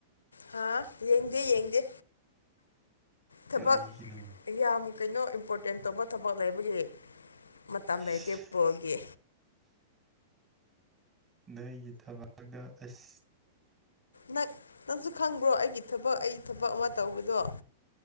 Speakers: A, on the left; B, on the right.
A: ꯍꯥ ꯌꯦꯡꯗꯦ ꯌꯦꯡꯗꯦ ꯊꯕꯛ
B: ꯀꯔꯤꯒꯤꯅꯣ
A: ꯌꯥꯝ ꯀꯩꯅꯣ ꯏꯝꯄꯣꯔꯇꯦꯟ ꯇꯧꯕ ꯊꯕꯛ ꯂꯩꯕꯒꯤ ꯃꯇꯝ
B: ꯑꯁ
A: ꯂꯩꯇꯦ ꯕꯣꯜꯒꯤ
B: ꯅꯣꯏꯒꯤ ꯊꯕꯛ ꯗꯣ ꯑꯁ
A: ꯅꯛ ꯅꯪꯁꯨ ꯈꯪꯕ꯭ꯔꯣ ꯑꯩꯒꯤ ꯊꯕꯛ ꯑꯩ ꯊꯕꯛ ꯑꯃ ꯇꯧꯕꯗꯣ